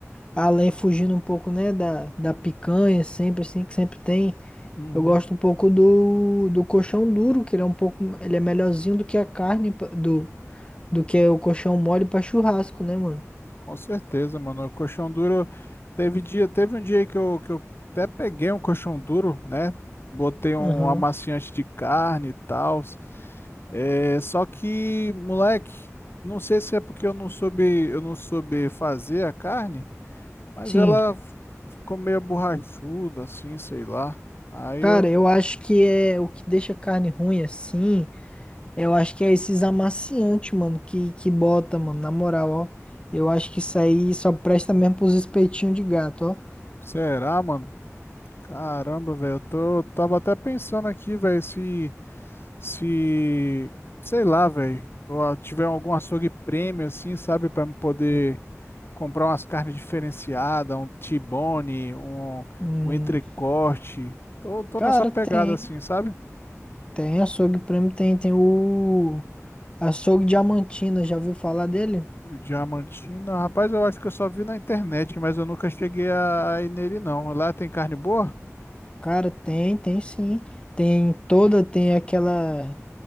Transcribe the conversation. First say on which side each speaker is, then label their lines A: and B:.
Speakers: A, on the left; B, on the left.
A: além fugindo um pouco, né, da, da picanha, sempre assim, que sempre tem,
B: Uhum,
A: eu gosto um pouco do, do colchão duro, que ele é um pouco, ele é melhorzinho do que a carne, pa- do, do que o colchão mole pra churrasco, né, mano?
B: com certeza, mano. O colchão duro teve dia, teve um dia que eu, que eu até peguei um colchão duro, né? Botei um
A: Aham,
B: amaciante de carne e tal. É, só que, moleque, não sei se é porque eu não soube, eu não soube fazer a carne, mas
A: Sim.
B: ela f- ficou meio borrachuda, assim, sei lá. Aí
A: Cara,
B: eu,
A: eu acho que é o que deixa a carne ruim assim, eu acho que é esses amaciantes, mano, que, que bota, mano, na moral, ó. Eu acho que isso aí só presta mesmo pros espetinhos de gato, ó.
B: será, mano? Caramba, velho, eu tô, tava até pensando aqui, velho, se, se, sei lá, velho, eu ah, tiver algum açougue prêmio, assim, sabe, pra me poder comprar umas carnes diferenciadas, um T-bone, um,
A: Hum,
B: um entrecorte. Tô, tô
A: cara,
B: nessa pegada,
A: tem,
B: assim, sabe?
A: tem açougue prêmio, tem, tem o açougue Diamantina, já ouviu falar dele?
B: Diamantina, rapaz, eu acho que eu só vi na internet, mas eu nunca cheguei a a ir nele, não. Lá tem carne boa?
A: Cara, tem, tem sim. Tem toda, tem aquela